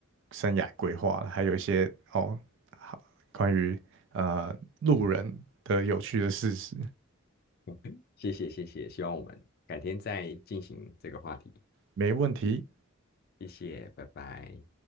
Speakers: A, on the right (about 60°); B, on the left (about 50°).
A: 生涯规划，还有一些哦，好关于呃路人的有趣的事实。
B: <laughs> 谢谢谢谢，希望我们改天再进行这个话题，
A: 没问题。
B: 谢谢，拜拜。